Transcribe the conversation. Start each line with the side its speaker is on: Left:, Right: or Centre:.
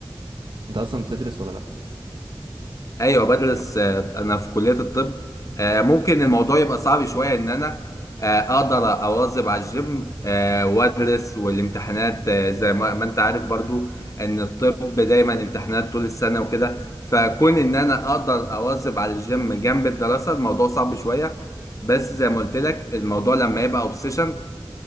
Right: انت اصلا بتدرس ولا لا
Left: ايوه بدرس آه، انا في كليه الطب آه، ممكن الموضوع يبقى صعب شويه ان انا آه، اقدر اواظب على الجيم آه، وادرس والامتحانات آه، زي ما ما انت عارف برضو ان الطب دايما امتحانات طول السنه وكده فكون ان انا اقدر اواظب على الجيم جنب الدراسه الموضوع صعب شويه بس زي ما قلت لك الموضوع لما يبقى اوبسيشن